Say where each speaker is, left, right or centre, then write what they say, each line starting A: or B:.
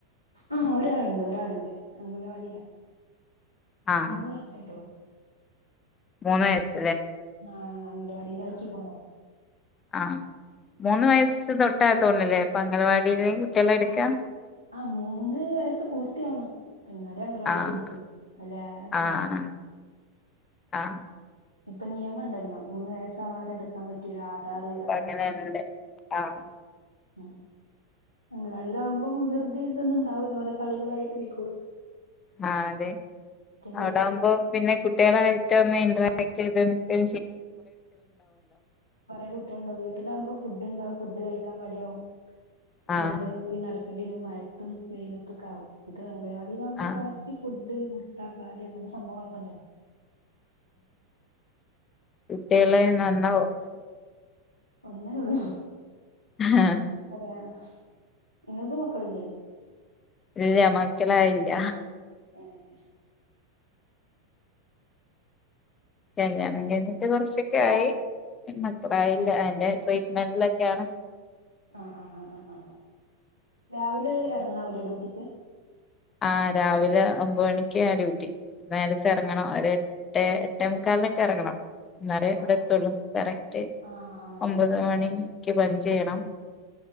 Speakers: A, on the left; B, on the left.
A: ആഹ ഒരാളുണ്ട് ഒരാളുണ്ട് അങ്ങത്തെ പാടില്ല
B: ആഹ്
A: മൂന്ന് വയസായിട്ടുള്ളു
B: മൂന്ന് വയ്യസോ
A: ആഹ അങ്ങനെ വടിയില ആാക്കി പോന്നത
B: ആഹ് മൂന്ന് വയസ്സ് തൊട്ടതോന്നുന്നലെ അപ്പൊ അംഗലവാടിൽ കുട്ടിക്കളെ
A: ആ
B: എടുക്കാ
A: ആ മൂന്ന് വയസ്സ് പൂർത്തിയാവണം പിന്നാലെ അങ്ങനാടി
B: ആഹ്
A: കുടിക്ക അല്ലെ കൊറ
B: ആഹ് ആഹ്
A: ഇപ്പൊ നിയമംണ്ടല്ലോ മൂന്ന് വയസാവാതെടു ക്കാൻ പറ്റിയ ഒരു ആധാറ്
B: അപ്പൊ
A: അങ്ങനെക്കെ
B: അങ്ങനെണ്ട് ആഹ്
A: ഉ അങ്കലാളിയിലാകുമ്പോൾ വി കൃതി ഇതൊന്നും ഉണ്ടാവല്ലോ ഓലെ കളികളായിട്ട് പീക്കോളും
B: ആ അതെ
A: വീട്ടില്
B: അവിടെ ആുമ്പോ പിന്നെ കുട്ടികളായിട്ട് ഒന്ന് ഇറക് ചെയതക്ക
A: കൊറെേ കുട്ടികൾുണ്ടാവ വീട്ടിലാവകുമ്പോ ഫുഡ്ുണ്ടാവ ഫുഡ് കഴിക്കാൻ മടി യാവും പിന്നാലെ
B: ആഹ്
A: കൂടി നടക്കണം ക്ക ഒരു മഴത്തും വെയിലത്തആകും ഇത് അംഗവാടിയില ആകുമ്പോ
B: ആഹ്
A: കറക്റ്റ് ഫുഡ് മുട്ടപ്പാലി അങ്ങനത്തെ സംഭവങ്ങളൊക്കെ ഉണ്ടല്ലോ
B: കുട്ടികുള്ള നന്ന
A: ഒന്നിന ഉള്ളൂ
B: ഹാആ
A: അത് ന ഇങ്ങൾക്ക് മക്കളില്ലേ
B: ഇല്ല്യ മക്കളായില്ല
A: ഏഹ്
B: കല്യാണം കയ്ഞ്ഞിട്ട് കൊറച്ചൊക്കെ
A: രാ
B: ആയി മക്കളായില്ല
A: ഏഹ്
B: അയ്ന്റെ ട്രീ മെൻ്റ്ലൊക്കെയാണ്
A: ആ ആ ആ ആ ആ രാവിലെ എറങ്ങണോവ്ടെ ഡ്യൂട്ടിക്ക്
B: ആ രാവിലെ ഒമ്പ്മണിക്കാ ഡ്യൂട്ടി നേരത്തെ എറങ്ങണം
A: ആഹ്
B: ഒരേ ട്ടേ എട്ടേമുക്കാലിനൊക്കെ എറങ്ങണം ന്നാറെ ഇവിടെത്തുള്ളൂ
A: ഓഹ്
B: കറക്റ്റ്
A: ആഹ് ആഹ്
B: ഒമ്പത് മണി ക്ക് പഞ്ചെയ്യണം